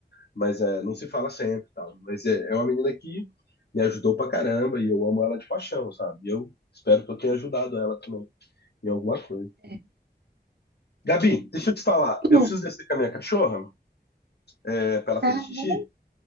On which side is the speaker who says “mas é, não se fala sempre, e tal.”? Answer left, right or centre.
Left